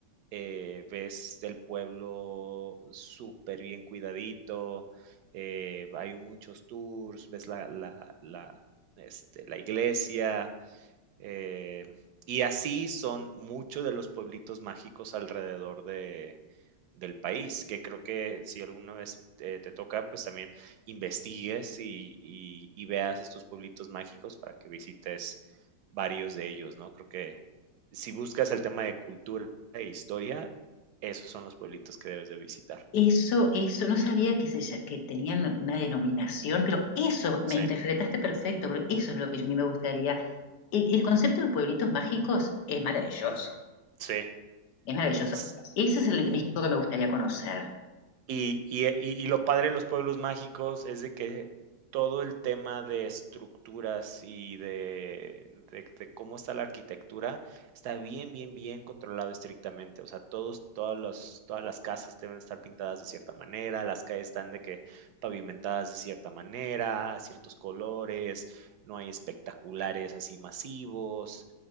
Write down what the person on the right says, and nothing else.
eh, ves el pueblo súper bien cuidadito, eh, hay muchos tours, ves la, la, la, este, la iglesia, eh, y así son muchos de los pueblitos mágicos alrededor de, del país, que creo que si alguna vez te, te toca, pues también investigues y, y- y veas estos pueblitos mágicos para que visites varios de ellos, ¿no? Creo que si buscas el tema de cultura e historia, esos son los pueblitos que debes de visitar.
Sí.
ujú, Sí.
S-
Y, y, eh, y- y lo padre de los pueblos mágicos es de que todo el tema de estructuras y de, de- de cómo está la arquitectura está bien, bien, bien controlado estrictamente. O sea, todos, todas, los, todas las casas deben estar pintadas de cierta manera, las calles están de que pavimentadas de cierta manera, ciertos colores, no hay espectaculares así masivos.